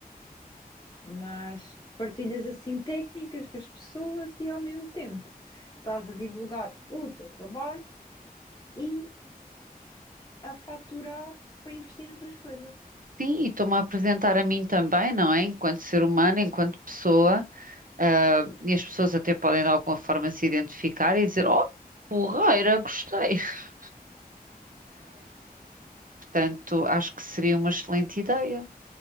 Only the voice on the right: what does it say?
Sim, e estou-me a apresentar a mim também, não é? Enquanto ser humano, enquanto pessoa. Ah, e as pessoas até podem de alguma forma se identificar e dizer: Oh, porreira, gostei. <laughs> Portanto, acho que seria uma excelente ideia.